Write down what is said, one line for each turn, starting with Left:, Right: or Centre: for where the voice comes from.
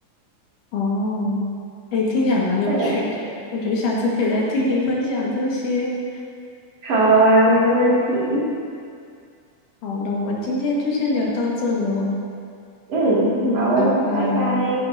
Left: 哦，诶，听起来蛮有趣的诶，
Right: 那个
Left: 我觉得下次可以来听你分享这些。
Right: 好啊，没问题，
Left: 好了，那我们今天就先聊到这喽。
Right: 嗯，
Left: 嗯，
Right: 好哦，
Left: 拜拜。
Right: 拜拜。